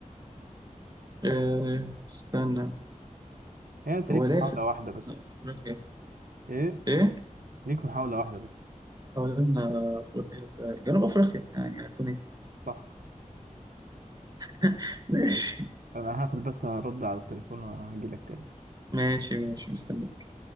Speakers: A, on the right; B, on the right.
A: آه، استنى
B: هي أنت
A: هو
B: ليك
A: لافت
B: محاولة واحدة بس
A: أفريقيا
B: إيه
A: إيه؟
B: ليك محاولة واحدة بس
A: حوالين أفريقيا جنوب أفريقيا يعني هكون إيه
B: صح
A: <laughs> ماشي
B: ماشي أنا هقفل بس هرد على التليفون وهجيلك تاني
A: ماشي ماشي مستني